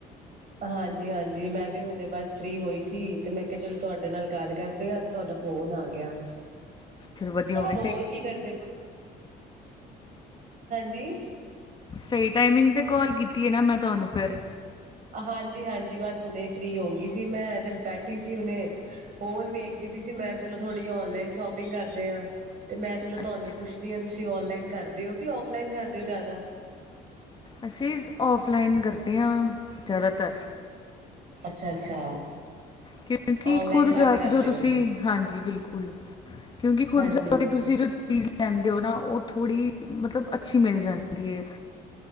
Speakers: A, on the right; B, on the left.
A: ਹਾਂਜੀ -ਹਾਂਜੀ ਮੈਂ ਵੀ ਹੁਣੇੇ ਬਸ ਫ੍ਰੀ ਹੋਈ ਸੀ ਤੇ ਮੈਂ ਕਿਹਾ ਚਲੋ ਤੁਹਾਡੇ ਨਾਲ ਗੱਲ ਕਰਦਿਆਂ ਤੇ ਤੁਹਾਡਾ ਫੋਨ ਆ ਗਿਆ।
B: ਚਲੋ ਵਧੀਆ ਹੋਗੇ
A: ਹੋਰ
B: <inaudible>
A: ਕੀ ਕਰਦੇ ਜੀ।
B: ਸਹੀ ਟਾਈਮਿੰਗ ਤੇ ਕੌਲ ਕੀਤੀ ਹੈ ਨਾ ਮੈਂ ਤੁਹਾਨੂੰ ਫਿਰ
A: ਹਾਂਜੀ- ਹਾਂਜੀ ਬਸ ਹੁਣੇ ਫ੍ਰੀ ਹੋ ਗਈ ਸੀ ਮੈਂ ਜ ਬੈਠੀ ਸੀ ਹੁਨੇ ਫੋਨ ਵੇਖਦੀ ਵੀ ਸੀ ਮੈਂ ਚਲੋ ਥੋੜੀ ਓਨਲਾਈਨ ਸ਼ੋਪਿੰਗ ਕਰਦੇ ਆ ਤੇ ਮੈਂ ਚਲੋ
B: ਅੱਛਾ
A: ਤੁਹਾਨੂੰ ਪੁੱਛਦੀ ਹਾਂ ਤੁਸੀ ਓਨਲਾਈਨ ਕਰ ਦਿਓ ਕਿ ਔਫਲਾਈਨ ਕਰਦੇ ਓ ਜ਼ਿਆਦਾ।
B: ਅਸੀਂ ਔਫ ਔਫਲਾਈਨ ਕਰਦੇ ਹਾਂ ਜ਼ਿਆਦਾਤਰ।
A: ਅੱਛਾ, ਅੱਛਾ।
B: ਕਿਉਂਕਿ
A: ਔਨਲਾਈਨ
B: ਖੁਦ
A: ਘੱਟ
B: ਜਾ
A: ਕਰਦੇ
B: ਕੇ ਜੋ ਤੁਸੀਂ
A: ਹੋ
B: ਹਾਂਜੀ ਬਿਲਕੁਲ ਕਿਉਂਕਿ ਖੁਦ
A: ਹਾਂਜੀ
B: ਜਾ ਕੇ ਤੁਸੀਂ ਜੋ ਚੀਜ਼ ਲੈਂਦੇ ਹੋ ਨਾ ਉਹ ਥੋੜੀ ਮਤਲਬ ਅੱਛੀ ਮਿਲ ਜਾਂਦੀ। ਜੇ